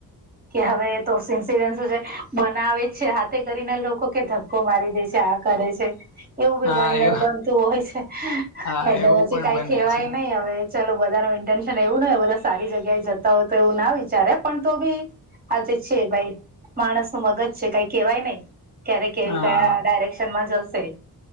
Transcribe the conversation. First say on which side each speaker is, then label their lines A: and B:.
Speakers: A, on the right (about 20°); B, on the left (about 50°).
A: કે હવે તો સિન્સિડેન્ટ શું છે બનાવે જ છે હાથે કરીને લોકો કે ધક્કો મારી દે છે, આ કરે છે. એવું બી
B: હા
A: ઘણી વાર
B: એ
A: બનતું હોય છે.
B: હા
A: એટલે
B: એવું
A: પછી
B: પણ
A: કઈ
B: બને
A: કહેવાય
B: છે
A: નહી હવે ચલો બધાનું ઇન્ટન્શન એવું ન હોય, બધા સારી જગ્યાએ જતા હોય તો એવું ના વિચારે પણ તો બી આજે છે ભાઈ માણસ નું મગજ છે, કાઈ કેવાય નહી. ક્યારેક કેવી
B: હા
A: કયા ડાયરેક્શનમાં જશે,